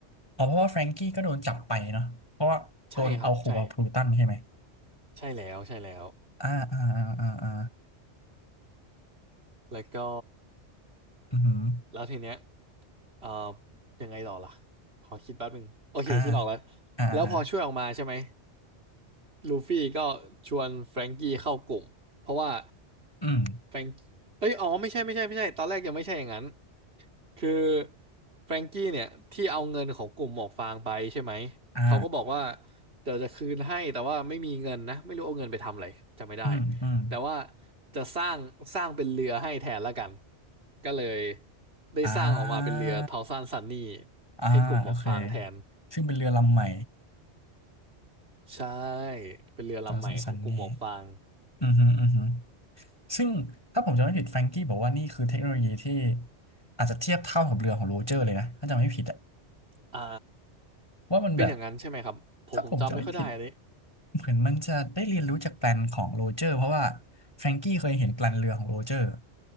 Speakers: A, on the left; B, on the right.
A: อ๋อเพราะว่าแฟรงกี้ก็โดนจับไปเนาะเพราะว่าโดนเอาขู่กับพลูตันใช่ไหม
B: ใช่ครับใช่ใช่แล้วใช่แล้ว
A: อ่าอ่าอ่าอ่าอ่า
B: แล้วก็
A: อือหือ
B: แล้วทีเนี้ยเอ่อยังไงต่อล่ะขอคิดแป๊บหนึ่งโอเคคิดออกแล้ว
A: อ่าอ่าอ่า
B: แล้วพอช่วยออกมาใช่ไหมลูฟี่ก็ชวนแฟรงกี้เข้ากลุ่มเพราะว่า
A: อืม
B: แฟรงเอ้ยอ๋อไม่ใช่ไม่ใช่ไม่ใช่ตอนแรกยังไม่ใช่อย่างนั้นคือแฟรงกี้เนี่ยที่เอาเงินของกลุ่มหมวกฟางไปใช่ไหม
A: อ่า
B: เขาก็บอกว่าเดี๋ยวจะคืนให้แต่ว่าไม่มีเงินนะไม่รู้เอาเงินไปทำอะไรจำไม่ได้
A: อืมอืม
B: แต่ว่าจะสร้างสร้างเป็นเรือให้แทนละกันก็เลยได้สร้างออกมาเป็นเรือทาวซันซันนี่
A: อ่าอ่าโอเค
B: ให้กลุ่มหมวกฟางแทน
A: ซึ่งเป็นเรือลำใหม่
B: ใช่เป็นเรือลำใหม่ของกลุ่มหมวกฟาง
A: ตอนสั้นๆนี่อือหืออือหือซึ่งถ้าผมจำไม่ผิดแฟรงกี้บอกว่านี่คือเทคโนโลยีที่อาจจะเทียบเท่ากับเรือของโรเจอร์เลยนะถ้าจำไม่ผิดอะ
B: อ่า
A: ว่ามันแบบ
B: เป็นอย่างนั้นใช่ไหมครับผมผมจำไม่ค่อยได้อันนี้
A: ถ้าผมจำไม่ผิด เหมือนมันจะได้เรียนรู้จากแปลนของโรเจอร์เพราะว่าแฟรงกี้เคยเห็นแปลนเรือของโรเจอร์